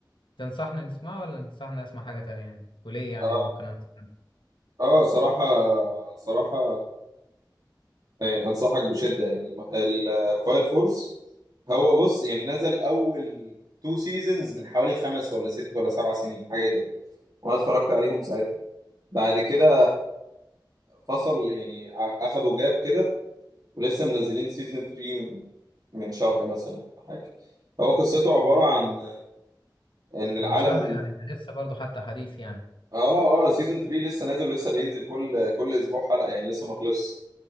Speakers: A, on the left (about 90°); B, on the right (about 55°).
A: تنصحني نسمعه ولا تنصحني اسمع حاجه تانية يعني وليه يعني
B: اه
A: ممكن انصح
B: اه صراحة صراحة يعني انصحك بشده يعني الفاير فورس هو بص يعني نزل اول تو سيزونز من حوالي خمس ولا ست ولا سبع سنين حاجه كده وانا اتفرجت عليهم ساعتها بعد كده فصل يعني ع- اخدوا جاب كده ولسه منزلين سيزون 3 من من شهر مثلا ولا حاجه هو قصته عباره عن ان العالم
A: من شهر يعني ده لسه برضه حتى حديث يعني
B: اه اه سيزون 3 لسه نازل ولسه بينزل كل كل اسبوع حلقه يعني لسه ما خلصش